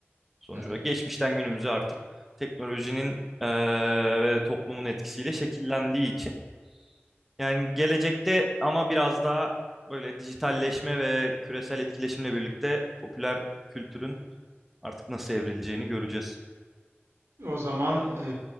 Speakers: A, in the centre; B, on the right.
A: Sonuç
B: Evet.
A: olarak geçmişten günümüze artık teknolojinin eee, ve toplumun etkisiyle şekillendiği için. Yani gelecekte ama biraz daha böyle dijitalleşme ve küresel etkileşimle birlikte popüler kültürün artık nasıl evrileceğini göreceğiz.
B: O zaman e,